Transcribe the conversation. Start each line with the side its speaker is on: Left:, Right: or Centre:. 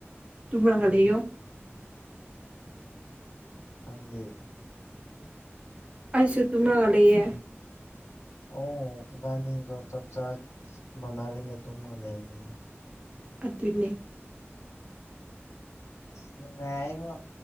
Right: ꯇꯨꯝꯔꯒ ꯂꯩꯌꯣ
Left: ꯅꯪꯗꯤ
Right: ꯑꯩꯁꯨ ꯇꯨꯝꯔꯒ ꯂꯩꯌꯦ
Left: ꯑꯣ ꯏꯕꯅꯤꯗꯣ ꯆꯞ ꯆꯥꯏ ꯃꯥꯟꯅꯔꯦꯅꯦ ꯇꯨꯝꯃꯒ ꯂꯩꯅꯦ
Right: ꯑꯗꯨꯅꯦ
Left: ꯅꯨꯡꯉꯥꯢꯃꯣ